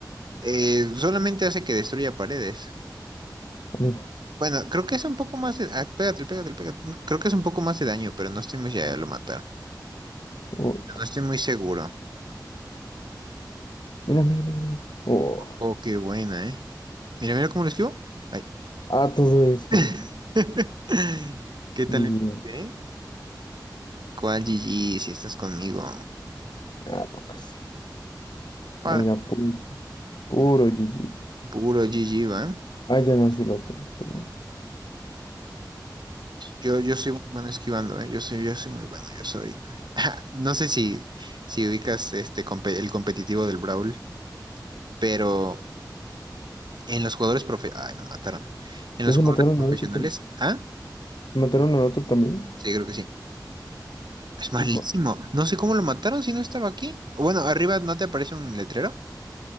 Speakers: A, on the right; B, on the left.
A: Eh, solamente hace que destruya paredes.
B: Mira,
A: Bueno, creo que es un poco más de... ah, pégate, pégate, pégate. No, Creo que es un poco más de daño, pero no estoy muy... Ya lo mataron.
B: puta.
A: No estoy muy seguro.
B: Mira, mira, mira, mira. Oh.
A: Oh, qué buena, ¿eh? Mira, mira cómo lo esquivo. Ay.
B: Ah, todo eso.
A: <laughs> ¿Qué tal?
B: GG.
A: mi- ¿Eh? ¿Cuál GG si estás conmigo?
B: Ah, poca sí.
A: Padre,
B: Ahí era puro, puro GG.
A: puro GG, ¿va?
B: Ah, ya nació el otro. Qué bueno.
A: Yo, yo soy muy bueno esquivando, ¿eh? Yo soy, yo soy muy bueno, yo soy. <laughs> No sé si, si ubicas este compe- el competitivo del Brawl, pero en los jugadores profe... Ay, me mataron. En
B: ¿Ya
A: los
B: se
A: jugadores
B: mataron
A: profesionales,
B: al otro también?
A: ¿ah?
B: ¿Se mataron al otro también?
A: Sí, creo que sí. Es malísimo.
B: Hijo.
A: No sé cómo lo mataron si no estaba aquí. O Bueno, arriba no te aparece un letrero.